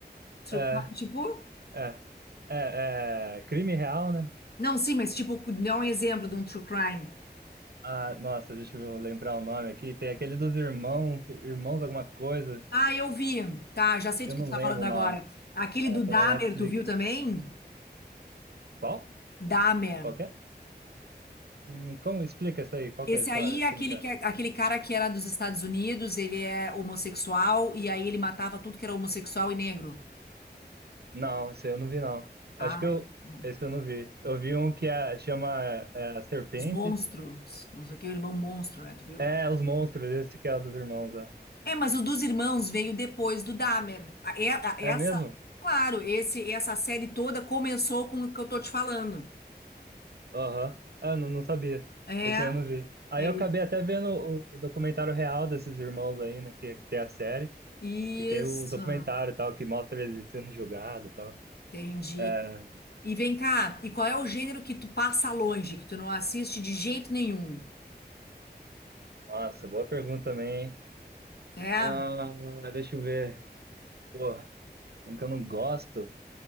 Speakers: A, on the left; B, on the right.
A: True
B: É,
A: crime, tipo?
B: é, é, é crime real, né?
A: Não, sim, mas tipo, dá um exemplo de um true crime.
B: Ah, nossa, deixa eu lembrar o nome aqui. Tem aquele dos irmãos, irmãos alguma coisa.
A: Ah, eu vi. Tá, já sei
B: Eu
A: do
B: não
A: que tu tá
B: lembro
A: falando agora.
B: o nome.
A: Aquele
B: É,
A: do
B: tá
A: Dahmer,
B: na Netflix.
A: tu viu também?
B: Qual?
A: Dahmer.
B: Qual que é? Hum, como explica isso aí? Qual
A: Esse
B: que é a história?
A: aí é aquele,
B: Como que é?
A: que, é, aquele cara que era dos Estados Unidos, ele é homossexual, e aí ele matava tudo que era homossexual e negro.
B: Não, esse eu não vi, não.
A: Ah,
B: Acho que eu.
A: é. bom.
B: Esse eu não vi. Eu vi um que é, chama é, a Serpente.
A: os monstros. Não sei o que, o irmão monstro, né? Tu viu?
B: É, Os Monstros, esse que é o dos irmãos, né?
A: É, mas o dos irmãos veio depois do Dahmer. A- é- a- Essa,
B: É mesmo?
A: claro, esse, essa série toda começou com o que eu tô te falando.
B: Aham. Ah, não, não sabia.
A: É,
B: Esse aí eu não vi. Aí
A: é
B: eu acabei até vendo o, o documentário real desses irmãos aí, né? Que, que tem a série.
A: isso.
B: E tem o documentário e tal, que mostra eles sendo julgados e tal.
A: Entendi.
B: É,
A: E vem cá, e qual é o gênero que tu passa longe, que tu não assiste de jeito nenhum?
B: nossa, boa pergunta também. hein?
A: É?
B: Ah, deixa eu ver. Pô, um que eu não gosto.